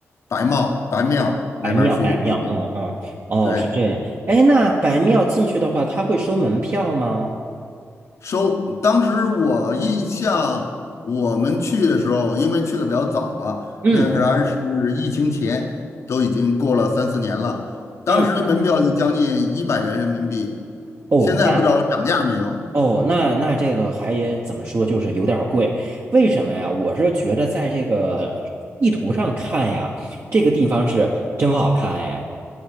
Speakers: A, on the left; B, on the right.
A: 白帽白庙那边儿去旅游。
B: 白庙，白庙，嗯嗯，哦，
A: 对，
B: 是这样。哎，那白庙进去的话，他会收门票吗？
A: 收，当时我印象，我们去的时候，因为去的比较早了，
B: 嗯
A: 那会儿还是疫情前，都已经过了三四年了。当时的门票就将近一百元人民币，
B: 嗯，哦，
A: 现在不知道涨价没有。
B: 那哦，那那这个还也怎么说，就是有点儿贵。为什么呀？我是觉得在这个地图上看呀，这个地方是真好看哎，